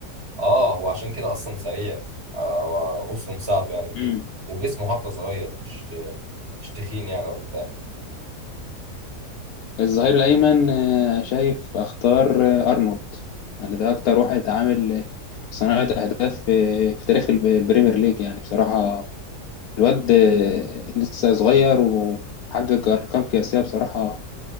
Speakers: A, on the right; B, on the left.
A: اه وعشان كده اصلا سريع آه وقصه مساعده يعني وكده
B: امم
A: وجسمه حتى صغير مش مش تخين يعني ولا بتاع
B: الظهير الايمن آه، شايف اختار آه، ارنولد يعني ده اكتر واحد عامل آه، صناعه اهداف في في تاريخ الب- البريمير ليج يعني بصراحه الواد آه، لسه صغير وحقق أرقام قياسية بصراحة